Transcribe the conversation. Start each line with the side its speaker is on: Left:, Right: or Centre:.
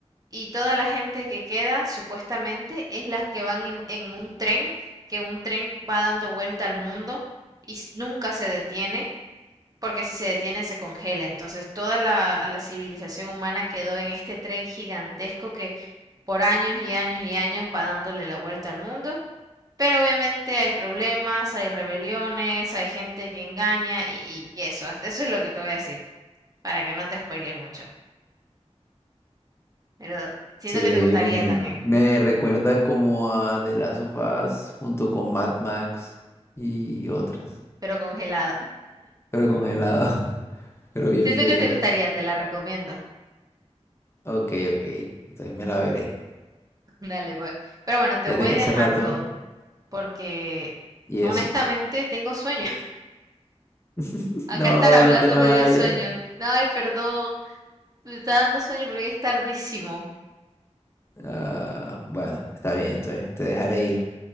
Right: y toda la gente que queda, supuestamente, es las que van en, en un tren, que un tren va dando vuelta al mundo y s- nunca se detiene porque si se detiene se congela. Entonces toda la, la civilización humana quedó en este tren gigantesco que por años y años y años va dándole la vuelta al mundo. Pero obviamente hay problemas, hay rebeliones, hay gente que engaña y, y eso. Hasta eso es lo que te voy a decir, para que no te spoiles mucho. Pero siento
Left: se ve,
Right: que te gustaría también,
Left: me recuerda como a The Last of Us junto con Mad Max y otras,
Right: pero congelado.
Left: pero congelado, <laughs> pero bien
Right: Siento
Left: frío.
Right: que te gustaría, te la recomiendo.
Left: Ok, ok. Entonces me la veré.
Right: <laughs> Dale, pues. Pero bueno, te
Left: Fíjate
Right: voy
Left: que
Right: dejando
Left: hace rato.
Right: porque
Left: Y
Right: honestamente
Left: eso.
Right: tengo sueño.
Left: <laughs>
Right: Acá
Left: No,
Right: estar hablando
Left: no te vayas.
Right: me dio sueño. Ay, perdón. Me está dando sueño porque es tardísimo.
Left: Ah, bueno, está bien. Entonces te dejaré ir.